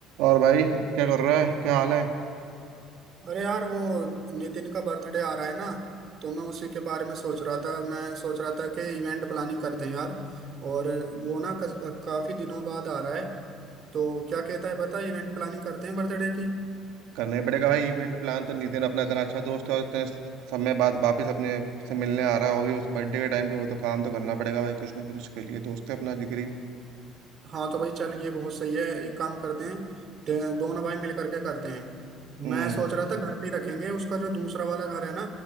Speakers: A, on the right; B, on the right.
A: और भाई क्या कर रहा है क्या हाल है
B: अरे यार वो नितिन का बर्थडे आ रहा है ना तो मैं उसी के बारे में सोच रहा था मैं सोच रहा था कि इवेंट प्लानिंग करते हैं यार और वो ना कस- काफी दिनों बाद आ रहा है तो क्या कहता है बता इवेंट प्लानिंग करते हैं बर्थडे की
A: करना ही पड़ेगा भाई इवेंट प्लान तो नितिन अपना इतना अच्छा दोस्त है और इतने समय बाद वापस अपने से मिलने आ रहा है और भी उस बर्थडे के टाइम पे वो तो काम तो करना पड़ेगा भाई कुछ ना कुछ उसके लिए दोस्त है अपना जिगरी
B: हाँ तो भाई चल ये बहुत सही है एक काम करते हैं ते- दोनों भाई मिल करके करते हैं
A: हम्म
B: मैं सोच रहा था घर पे ही रखेंगे उसका जो दूसरा वाला घर है ना